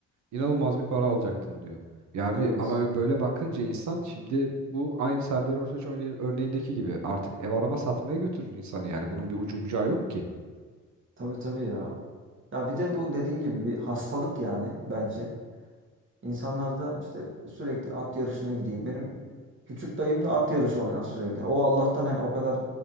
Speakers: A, on the right (about 70°); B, on the right (about 40°).
A: inanılmaz bir para alacaktım diyor. Ya
B: Evet.
A: bir ama böyle bakınca insan şimdi bu aynı Serdar Ortaç örne- örneğindeki gibi artık ev araba satmaya götürür insanı yani. Bunun bir ucu bucağı yok ki.
B: Tabii tabii ya. Ya bir de bu dediğin gibi bir hastalık yani bence. İnsanlar da işte sürekli at yarışına gideyim. Benim küçük dayım da at yarışı oynar sürekli. O Allah'tan hani o kadar